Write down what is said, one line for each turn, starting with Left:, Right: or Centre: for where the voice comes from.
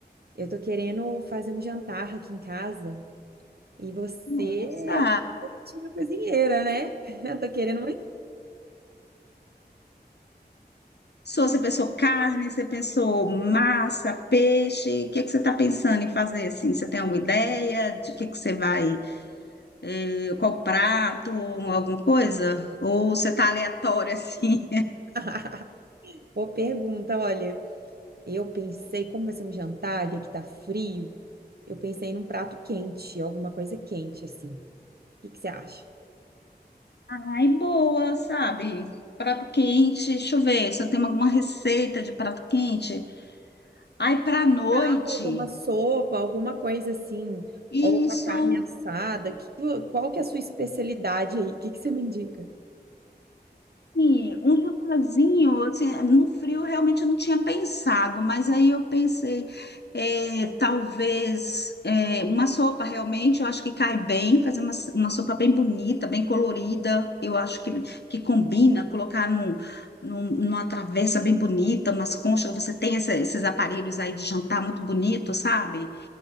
Right: Eu tô querendo fazer um jantar aqui em casa e você
Left: Nossa!
Right: é uma ótima cozinheira, né? <laughs> Eu tô querendo uma.
Left: Sou, você pensou carne, você pensou massa, peixe? O que que você está pensando em fazer assim? Você tem alguma ideia de que que você vai, eh, qual prato, alguma coisa? Ou você tá aleatório assim?
Right: <laughs> Boa pergunta, olha. Eu pensei, como vai ser um jantar e aqui tá frio, eu pensei num prato quente, alguma coisa quente assim. O que que você acha?
Left: <laughs> Ai, boa, sabe? Prato quente, deixa eu ver se eu tenho alguma receita de prato quente. Ai, pra noite.
Right: caldo, uma sopa, alguma coisa assim,
Left: Isso,
Right: ou uma carne assada. Que, qual que é a sua especialidade aí? O que que você me indica?
Left: Sim, um jantarzinho, assim, no frio eu realmente não tinha pensado, mas aí eu pensei, é, talvez é, uma sopa realmente, eu acho que cai bem, fazer uma, uma sopa bem bonita, bem colorida, eu acho que, que combina, colocar num, num- numa travessa bem bonita, umas conchas, você tem essa- esses aparelhos aí de jantar muito bonito, sabe?